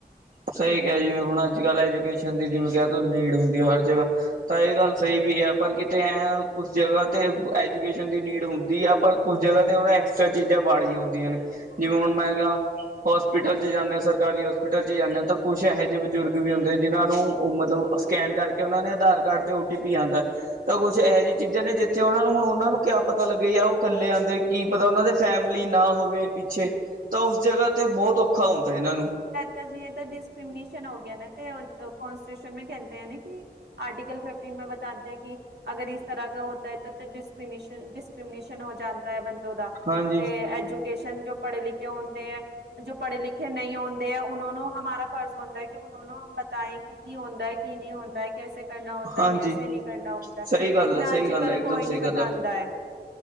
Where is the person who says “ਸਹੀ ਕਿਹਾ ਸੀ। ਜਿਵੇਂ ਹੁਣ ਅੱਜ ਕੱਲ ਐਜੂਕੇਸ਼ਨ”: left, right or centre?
Right